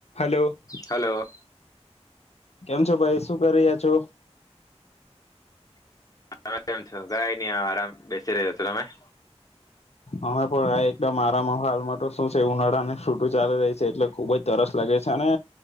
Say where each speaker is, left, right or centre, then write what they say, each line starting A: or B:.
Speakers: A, on the left (about 70°); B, on the left (about 30°).
A: Hello.
B: Hello.
A: કેમ છો ભાઈ શું કરી રહ્યા છો?
B: તમે કેમ છો? કંઈ નહી, આરામ બેસી રહ્યો છો તમે? -
A: અમે પણ આ એકદમ આરામ માં હાલમાં તો શું છે ઉનાળાને છૂટું ચાલી રહી છે એટલે ખુબ જ તરસ લાગે છે અને,